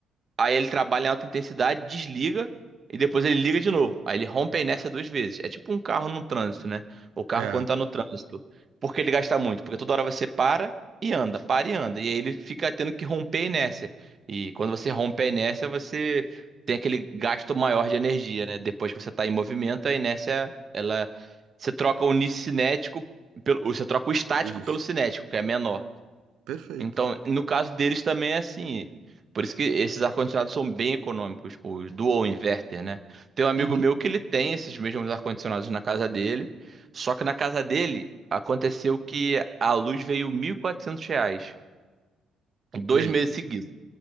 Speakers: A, on the right (about 30°); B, on the right (about 75°).
A: Aí ele trabalha em alta intensidade, desliga e depois ele liga de novo. Aí ele rompe a inércia duas vezes. É tipo um carro no trânsito, né? O carro
B: É,
A: quando tá no trânsito. Por que ele gasta muito? Porque toda hora você para e anda, para e anda. E aí ele fica tendo que romper a inércia. E quando você rompe a inércia, você tem aquele gasto maior de energia, né? Depois que você tá em movimento, a inércia, ela. Você troca o cinético pelo. Você troca o estático
B: isso.
A: pelo cinético, que é menor.
B: Perfeito.
A: Então, no caso deles também é assim. Por isso que esses ar-condicionados são bem econômicos, os dual inverter, né? Tem um amigo
B: Uhum.
A: meu que ele tem esses mesmos ar-condicionados na casa dele, só que na casa dele aconteceu que a luz veio 1.400 reais, dois
B: E aí?
A: meses seguidos,